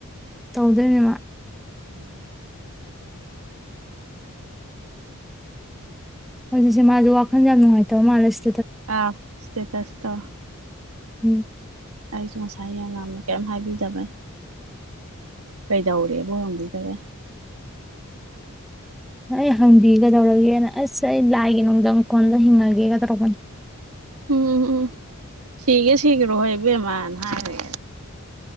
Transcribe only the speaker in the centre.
ꯇꯧꯗꯣꯏꯅꯦꯃ
ꯍꯧꯖꯤꯛꯁꯦ ꯃꯥꯁꯨ ꯋꯥꯈꯜ ꯌꯥꯝ ꯅꯨꯡꯉꯥꯏꯇꯕ ꯃꯥꯜꯂꯦ ꯁꯤ
ꯎꯝ
ꯑꯩ ꯍꯪꯕꯤꯒꯗꯧꯔꯒꯦꯅ ꯑꯁ ꯑꯩ ꯂꯥꯏꯒꯤ ꯅꯨꯡꯗꯥꯪ ꯀꯣꯟꯗ ꯍꯤꯡꯉꯒꯦꯒ ꯇꯧꯔꯛꯄꯅꯤ